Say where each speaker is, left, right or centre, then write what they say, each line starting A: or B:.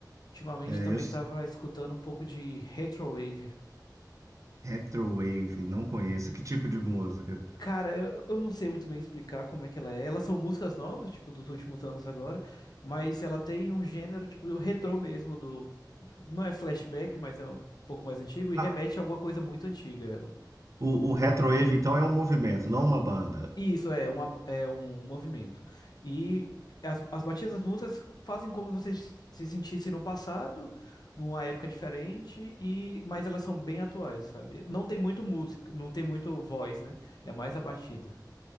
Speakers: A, on the left; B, on the right.
A: Ultimamente
B: É,
A: eu também
B: eu,
A: tava escutando um pouco de retrowave.
B: Retrowave, não conheço. Que tipo de música?
A: Cara, eu, eu não sei muito bem explicar como é que ela é. Elas são músicas novas, tipo, dos últimos anos agora, mas ela tem um gênero, tipo, o retrô mesmo do. Não é flashback, mas é um pouco mais antigo e
B: Ah,
A: remete a alguma coisa muito antiga, ela.
B: o, o Retrowave, então, é um movimento, não uma banda.
A: E isso é, uma, é um movimento. E as, as batidas das músicas fazem como você se se sentisse no passado, numa época diferente, e mas elas são bem atuais, sabe? Não tem muito música, não tem muito voz, né? É mais a batida.